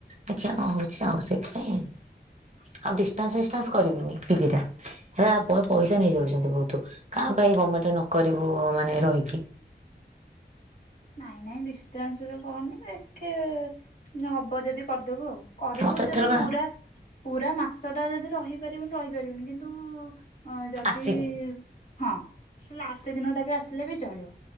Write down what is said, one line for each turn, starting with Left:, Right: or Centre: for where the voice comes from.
Right: ଦେଖିଆ କଣ ହଉଛି ଆଉ ସେଇଥିପାଇଁ। ଆଉ ଡିସ୍ ଟାନ୍ସ ପିସଟାନ୍ସ କରିବିନି ପିଜି ଟା। ହେଲା ପଇସା ନେଇଯାଉଛନ୍ତି ବହୁତ। କାଁ ଭା କାଇଁ ଗାମେଣ୍ଟରେ ନ କରିବୁ ମାନେ ରହିକି।
Left: ନାଇଁ ନାଇଁ ଡିଷ୍ଟାନ୍ସରେ କରନି। ଦେଖେ ହବ ଯଦି କରିଦେବୁ ଆଉ। କରିବୁ
Right: ମୁଁ ତ ଏଥରକ
Left: ଯଦି ପୁରା ପୁରା ମାସ ଟା ଯଦି ରହିପାରିବୁନି ରହିପାରିବୁନି କିନ୍ତୁ? ଅ ଯଦି
Right: ଆସିବି
Left: ହଁ ସେ ଲାଷ୍ଟ ଦିନ ଟା ବି ଆସିଲେ ବି ଚଳିବ।